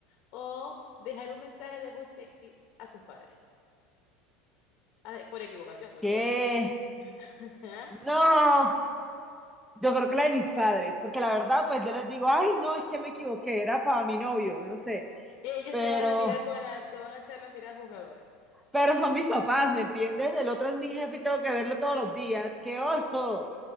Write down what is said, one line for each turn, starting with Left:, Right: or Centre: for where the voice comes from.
Left: o dejar un mensaje de voz sexy a tus padres? Ah, eh, Por equivocación, por
Centre: ¿Qué?
Left: supuesto. Ajá.
Centre: No, yo creo que la de mis padres, porque la verdad, pues yo les digo, ay, no, es que me equivoqué, era para mi novio, no sé.
Left: Ellos
Centre: Pero
Left: te van a mirar con la, te van a echar la mirada juzgadora.
Centre: Pero son mis papás, ¿me entiendes? El otro es mi jefe y tengo que verlo todos los días. ¡Qué oso!